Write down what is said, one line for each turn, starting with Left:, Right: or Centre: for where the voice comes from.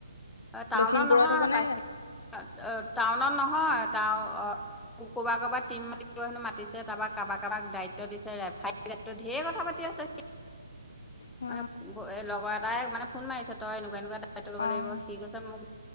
Centre: টাউনত
Left: লখিমপুৰত
Centre: নহয়,
Left: হ'বনে ইয়াত?
Centre: <unintelligible> টাউনত নহয়। <unintelligible> ক-কৰ'বা-কৰবাত টীম মাতি হেন মাতিছে তাৰপা কাৰবাক কাৰবাক দা দিছে, <unintelligible> ক্ষেত্ৰত ঢেৰ কথা পাতি আছে
Left: অ',
Centre: <unintelligible> লগৰ এটাই মানে ফোন মাৰিছে তই এনেকুৱা এনেকুৱা <unintelligible> লব
Left: অ',
Centre: লাগিব, সি কৈছে মোক <unintelligible>